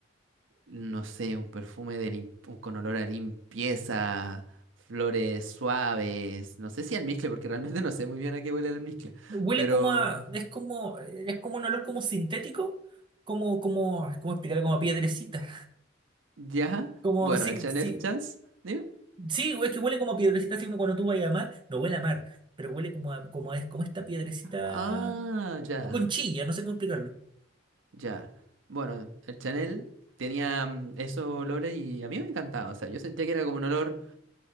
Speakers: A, on the right; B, on the right.
A: no sé, un perfume de lim- un- con olor a limpieza, flores suaves, no sé si almizcle, porque realmente <laughs> no sé muy bien a qué huele el almizcle,
B: Huele
A: pero
B: como a, es como, es como un olor como sintético, como, como, ¿cómo explicarlo? Como a piedrecita.
A: ya,
B: Como,
A: bueno,
B: sí,
A: el Chanel
B: sí,
A: Chance, ¿sí?
B: sí, es que huele como a piedrecita, así como cuando tú vas a mar, no huele a mar, pero huele como a, como es, como esta piedrecita,
A: Ah, ya,
B: como conchilla, no sé cómo explicarlo.
A: ya. Bueno, el Chanel tenía mm, esos olores y a mí me encantaba. O sea, yo sentía que era como un olor,